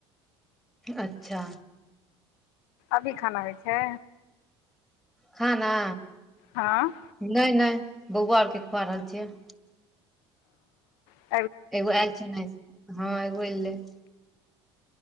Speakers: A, in the centre; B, on the left (about 75°).
A: अच्छा!
B: अभी खाना होइ छै?
A: खाना।
B: हँ।
A: नय -नय बौआ आर के खुआ रहल छियै।
B: अओ।
A: एगो आयल छले, हँ एगो एलै।